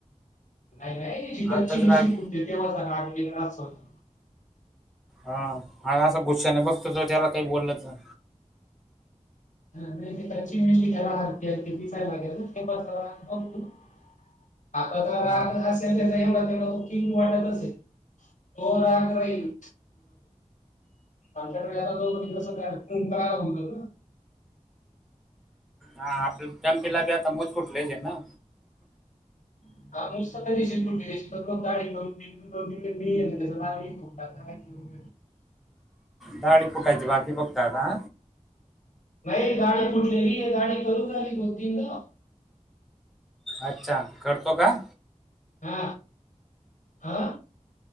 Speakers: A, on the left (about 70°); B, in the centre.
A: नाही -नाही जिथंं
B: आताच
A: चिनी
B: राग
A: शेणकुट ते तेव्हा सांगणार, आम्हीं गेल्यावर आत सोडणार.
B: हां, आणि असा
A: हं?
B: गुश्शाने बघतो तो त्याला काय बोललं तर.
A: नाही ती कच्ची मिशी त्यला <unintelligible> आता जरा रागच
B: हा
A: असा तर त्याचा एवढा-तेवढा तो किंग वाटत असेल, तो राग राहील आमच्या कडे आता तो दिवस कार्यक्रम करायला घेऊन जातो
B: हां आपलं स्कॅम की आता मत फुटलंच हे ना.
A: <unintelligible> तिथं जाऊन तर मी फुकटात आला की जेऊन.
B: दाढी फुटायची बाकी फक्त आता.
A: नाही दाढी फुटलेली आहे, दाढी करू झाली दोन-तीनदा.
B: अच्छा करतो का?
A: हा हा